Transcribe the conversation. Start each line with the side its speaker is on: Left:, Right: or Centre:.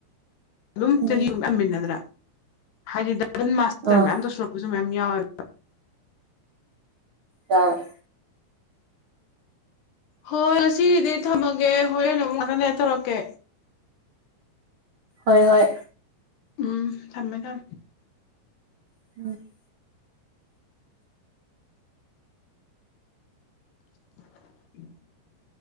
Left: ꯑꯗꯨꯝ <unintelligible>
Right: ꯎꯝ
Left: ꯍꯥꯏꯗꯤ ꯗꯕꯜ ꯃꯥꯁꯇꯔ
Right: ꯑꯥ
Left: ꯃꯌꯥꯝ ꯇꯧꯁꯜꯂꯛ ꯄꯁꯨ ꯃꯌꯥꯝ ꯌꯥꯎꯋꯦꯕ
Right: ꯌꯥꯎꯋꯦ
Left: ꯍꯣꯏ ꯉꯥꯁꯤꯒꯤꯗꯤ ꯊꯝꯃꯒꯦ ꯍꯣꯔꯦꯟ ꯑꯃꯨꯛ ꯉꯥꯛꯇꯪ ꯂꯩꯔꯥ ꯇꯧꯔꯛꯀꯦ
Right: ꯍꯣꯏ ꯍꯣꯏ
Left: ꯎꯝ ꯊꯝꯃꯦ ꯊꯝꯃꯦ
Right: <inaudible>
Left: <inaudible>